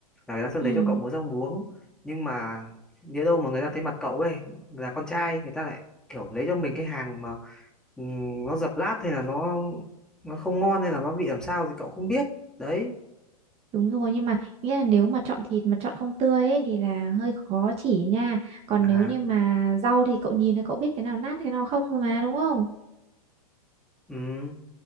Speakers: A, in the centre; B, on the right (about 30°).
A: là người ta sẽ
B: ừ
A: lấy cho cậu múa rau muống nhưng mà nếu đâu mà người ta thấy mặt cậu ấy là con trai người ta lại kiểu lấy cho mình cái hàng mà ừm, nó dập lát hay là nó nó không ngon hay là nó bị làm sao thì cậu không biết đấy
B: đúng rồi nhưng mà nghĩa là nếu mà chọn thịt mà chọn không tươi ấy thì là hơi khó chỉ nha còn
A: à
B: nếu như mà rau thì cậu nhìn là cậu biết cái nào nát cái nào không rồi mà đúng không
A: ừ